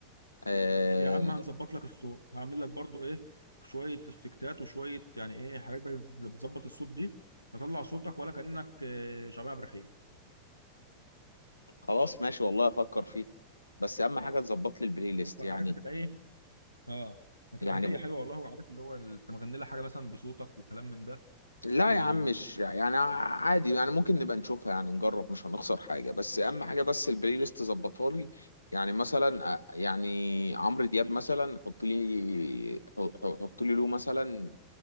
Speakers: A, on the left; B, on the right.
A: آه
B: يا عم هنظبط لك الصوت هعمل لك برضو ايه شويه افكتات وشويه يعني ايه حاجات بقى اللي بتظبط الصوت دي هطلع صوتك ولا كانك آه، شعبان عبد الرحيم
A: خلاص ماشي والله افكر فيه بس اهم حاجه تظبط لي البلاي ليست
B: فكر
A: يعني
B: عارف هتبقى ايه اه هتبقى
A: يعني
B: هديه
A: ب...
B: حلوه والله وعارف اللي هو انت مغني لها حاجه مثلا بصوتك وكلام من ده
A: لا
B: و
A: يا عم مش يعني عادي يعني ممكن نبقى نشوفها يعني نجرب مش هنخسر حاجة بس أهم حاجة بس البلاي ليست ظبطها لي يعني مثلا آه، يعني عمرو دياب مثلا حط لي حط حط لي له مثلا